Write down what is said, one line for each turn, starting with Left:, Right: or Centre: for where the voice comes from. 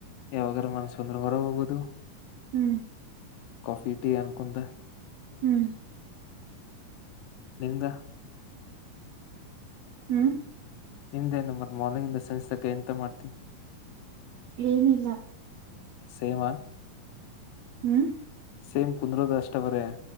Left: ಯಾವಾಗರ ಮನಸ ಬಂದ್ರ ಹೊರಗ ಹೋಗೋದು.
Right: ಹ್ಮ್.
Left: ಕಾಫಿ ಟೀ ಅನುಕೊಂತ.
Right: ಹ್ಮ್.
Left: ನಿಮ್ದ.
Right: ಹ್ಮ್.
Left: ನಿಮ್ದೇನು ಮತ್ ಮಾರ್ನಿಂಗ್ ಇಂದ ಸಂಜೆ ತನಕ ಎಂತ ಮಾಡತ್ತಿ.
Right: ಏನಿಲ್ಲ.
Left: ಸೇಮ.
Right: ಹ್ಮ್.
Left: ಸೇಮ್ ಕುಂದ್ರುದು ಅಷ್ಟೇ ಬರೆ.